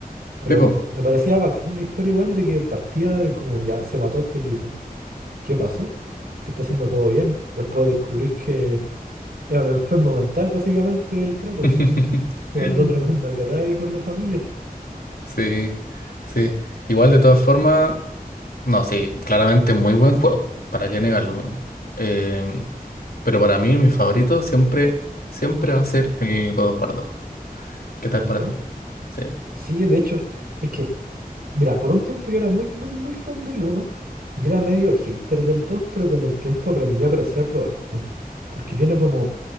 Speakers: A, on the right (about 75°); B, on the left (about 75°).
A: Pero
B: Tipo.
A: me parecía bacán la historia igual de que partía de como ya se mató este tipo. ¿Qué pasó? Se está haciendo todo bien. Después descubrís que es un enfermo mental, básicamente, el Kratos,
B: <laughs>
A: po. Se mandó tremenda cagada ahí con la familia.
B: Sí, sí. Igual de todas formas, no, sí, claramente muy buen juego, ¿para qué negarlo? Eh, pero para mí, mi favorito siempre, siempre va a ser el God of War 2. ¿Qué tal
A: ¿El
B: para
A: dos
B: ti? Sí,
A: Sí, de hecho, es que, mira, por un tiempo yo era muy, muy, muy fan del uno y era medio hater del 2 pero con el tiempo aprendí a apreciarlo harto. Porque tiene como